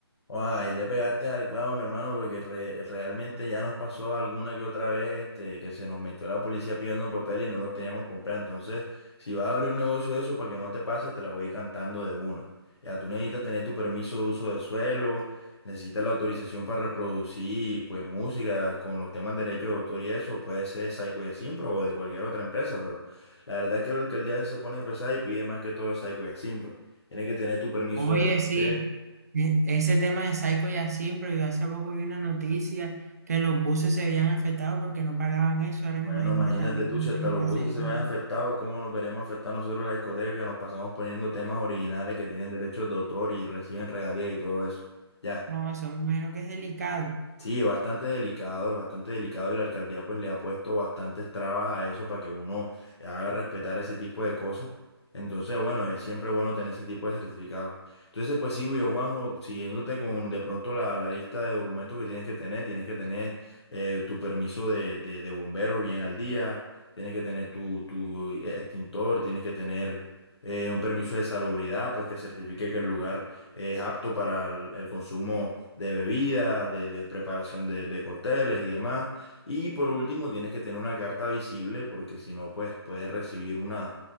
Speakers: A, on the left; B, on the right.
A: Guau, ahí le pegaste al clavo, mi hermano, porque re- realmente ya nos pasó alguna que otra vez este, que se nos metió la policía pidiendo papeles y no los teníamos comprado. Entonces, si vas a abrir un negocio de eso, para que no te pase, te la voy a ir cantando de una. Ya tú necesitas tener tu permiso de uso de suelo, necesitas la autorización para reproducir pues música con los temas de derechos de autor y eso, puede ser de Saico y Asimpro o de cualquier otra empresa, pero la verdad es que la alcaldía se pone pesada y pide más que todo de Saico y Asimpro. Tienes que tener tu permiso
B: Oye,
A: de...
B: sí,
A: vender.
B: e- ese tema de Psycho ya siempre, yo hace poco vi una noticia que los buses se habían afectado porque no pagaban eso. Ahora
A: Bueno,
B: me imagino
A: imagínate
B: que también
A: tú, si hasta
B: tienen
A: los
B: que
A: buses
B: hacerlo.
A: se ven afectados, ¿cómo nos veremos afectados nosotros las discotecas que nos pasamos poniendo temas originales que tienen derechos de autor y reciben regalías y todo eso? Ya.
B: No, eso me imagino que es delicado.
A: Sí, es bastante delicado, es bastante delicado y la alcaldía pues le ha puesto bastantes trabas a eso para que uno haga respetar ese tipo de cosas. Entonces, bueno, es siempre bueno tener ese tipo de certificados. Entonces, pues sí, yo, Juanjo, siguiéndote con de pronto la, la lista de documentos que tienes que tener, tienes que tener eh, tu permiso de, de, de bomberos bien al día, tienes que tener tu, tu extintor, tienes que tener eh, un permiso de salubridad, pues que certifique que el lugar es apto para el, el consumo de bebidas, de, de preparación de, de cócteles y demás. Y por último, tienes que tener una carta visible porque si no, pues puedes recibir una,